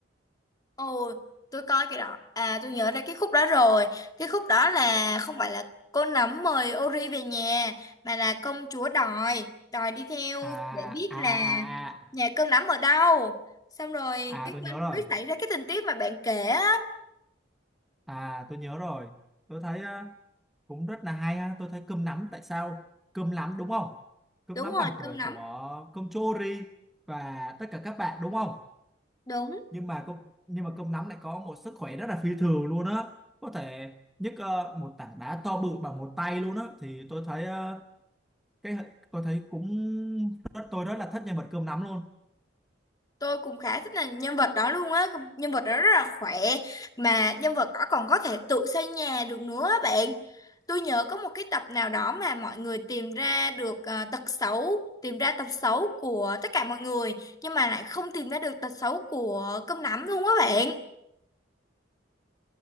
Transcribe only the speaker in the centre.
À
à
à à
À
tôi
nhớ rồi.
À tôi nhớ rồi. Tôi thấy ờ, cũng rất là hay ha. Tôi thấy cơm nắm tại sao? Cơm nắm đúng không? Cơm
nắm
bằng tuổi
của cơm chori và tất cả các bạn đúng không?
Nhưng mà cơm nhưng mà cơm nắm lại có một sức khỏe rất là phi thường luôn á. Có thể nhấc ờ, một tảng đá to bự bằng một tay luôn á thì tôi thấy ờ, cái tôi thấy cũng rất tôi rất là thích nhân vật cơm nắm luôn.